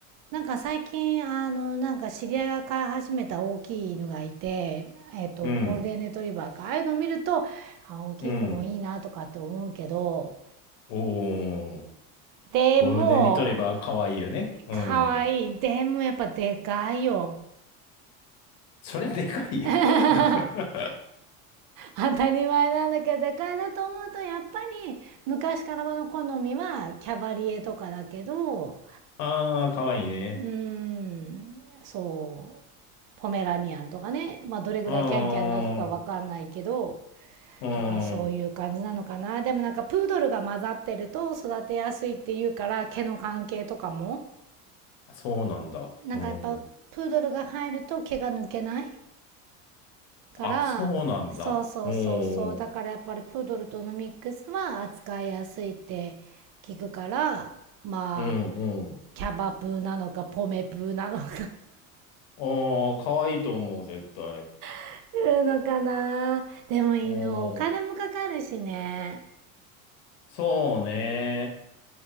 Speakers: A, on the right; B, on the left.
A: なんか最近あのなんか知り合いが飼い始めた大きい犬がいてえっとゴールデンレトリバーかああいうの見るとあ大きい子もいいなとかって思うけど
B: うん。うん。おー。
A: でも
B: ゴールデンリトリバーかわいいよね。うん。
A: かわいい。でもやっぱでかいよ。
B: そりゃでかいよ。
A: <laughs>
B: <laughs>
A: 当たり前なんだけどでかいなと思うとやっぱり昔からこの好みはキャバリエとかだけど
B: ああ、かわいいね。
A: うーんそうポメラニアンとかね、まあ、どれぐらいキャンキャン鳴くかわかんないけど
B: うーん。うー
A: とかそういう感じなのかなでもなんかプードルが混ざってると育てやすいっていうから毛の関係とかも
B: ん。あそうなんだ。
A: なんかやっぱプードルが入ると毛が抜けない
B: うん。
A: からそうそうそうそうだからやっぱりプードルとのミックスは扱いやすいって
B: あ、そうなんだ。おー。
A: 聞くからまあ
B: うん、うん。
A: キャバプーなのかポメプーなのか
B: ああ、かわいいと思う、絶対。
A: <laughs> いうのかなでも犬お金もかかるしね
B: おー。そうね。